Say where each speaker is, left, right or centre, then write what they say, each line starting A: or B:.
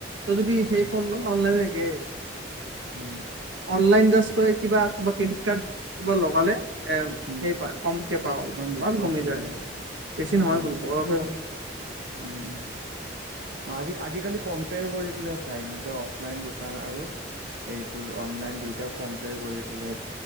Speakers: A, on the right; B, on the right.
A: যদি সেই
B: উম
A: ফোন অনলাইন গে
B: উম
A: অনলাইন জাষ্ট তই কিবা-কিবা ক্ৰেডিট কাৰ্ড কিবা লগালে এ,
B: উম
A: সেই পায় কমকে পাওঁ, অলপমান
B: ডিচকাউন্ট
A: কমি
B: হৈ
A: যায়,
B: আৰু
A: বেছি নহয়
B: অ
A: কিন্তু অলপহে
B: উম, উম। অ' আজি-আজিকালি কম্পেয়াৰ কৰি পেলাই চাই সিঁহতে, অফলাইন দোকান আৰু এইটো অনলাইন দুয়োটা কম্পয়াৰ কৰি পেলায় দি